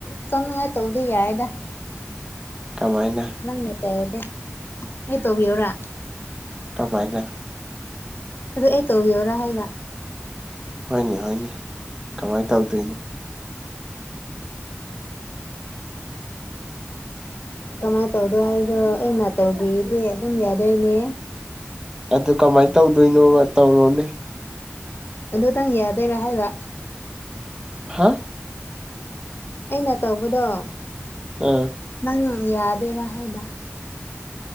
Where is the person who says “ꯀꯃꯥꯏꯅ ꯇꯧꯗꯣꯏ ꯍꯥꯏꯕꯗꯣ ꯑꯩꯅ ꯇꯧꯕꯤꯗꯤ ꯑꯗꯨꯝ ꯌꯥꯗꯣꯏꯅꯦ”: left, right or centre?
Left